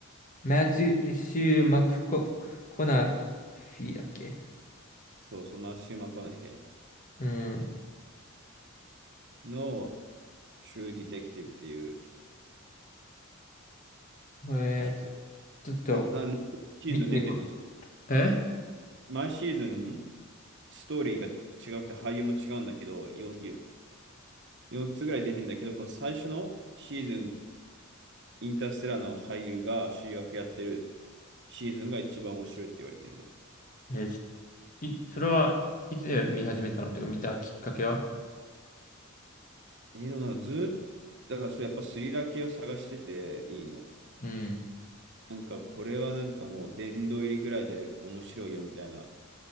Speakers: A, on the left; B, on the right.
A: マチュシュー・マクコ、コナフィだっけ
B: そうそう、マシュー・マコナヘ
A: うん。
B: イの True Detective っていう
A: これ、
B: やつ。
A: ちょっと、
B: な、な、何シーズン出てんの
A: 見てみる。え
B: 毎シーズン、ストーリーが違くて俳優も違うんだけど、4、よ4つぐらい出てんだけど、この最初のシーズン、インターステラーの俳優が主役やってるシーズンが一番面白いって言われてるの。
A: え、ちい、それはいつ見始めたのとか見たきっかけは
B: えー、でもなんかずっと、だからそれやっぱスリラー系を探してていいの。
A: うん。
B: なんかこれはなんかもう殿堂入りぐらいで面白いよみたいな、